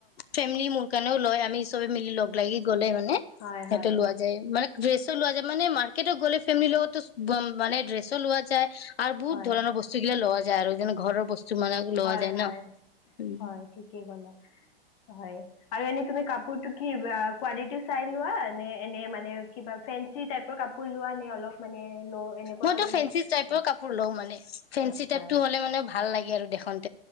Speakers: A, on the left; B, on the left.
A: ফেমি মোৰ কাৰণেও লয় মিজ হৈ মিলি ল'ব। লাগি গলে মানে
B: হয়
A: সিহঁতে
B: হয়
A: লোৱা যায় মানে ড্ৰেছো লোৱা যায় মানে মাৰকেৰ্টে গ'লে ফেমিলি লগতো মে ড্ৰেছো লোৱা যায়। বু
B: হয়
A: ধৰণৰ বস্ত্ৰ বিলাক লোৱা যায়। যায় আৰুদ ঘৰ বস্তু তোমালোক লোৱা
B: হয়
A: যায়
B: হয়
A: ন উম
B: হয় ঠিকেই গলা। হয় আৰু এনে তুমি কি কোবালিটো চাই লোৱা নে এনে মানে কিবা ফ্ৰেন্স টাইপৰ কাপ লোৱা নে অলপ মানে। ল' এনেকুৱা
A: মইতো
B: মানে
A: ফেঞ্চি টাইপৰ
B: হয়,
A: কাপোৰ লওঁ মানে ফেঞ্চি
B: আচ্ছা
A: টাইপতটো হ'লে মানে ভাল লাগে। আৰু দেখন।